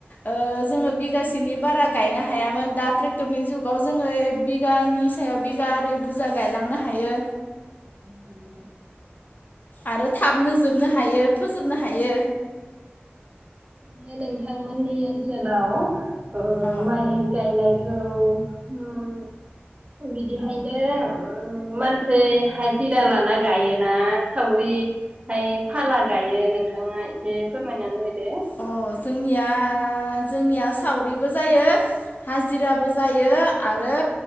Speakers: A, on the left; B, on the right.
A: ओ जोङो बिगासेनि बारा गायनो हायामोन दा ट्रेक्टरनि जुगाव जोङो एक बिगानि सायाव बि गारै बुजा गायलांनो हायो।
B: नंगौ।
A: आरो थाबनो जोबनो हायो, फोजोबनो हायो।
B: जे नोंथांमोननि ओनसोलाव ओ
A: अ
B: माइ गायनाय औ उम बिदिहायनो मानसै हाजिरा लाना गायोना सावरि फ्राय फाला गायो नोंथाङा बेेसे फोरमायनानै होदो
A: अह जोंनिया आ जोंनिया सावरिबो जायो, हाजिराबो जायो आरो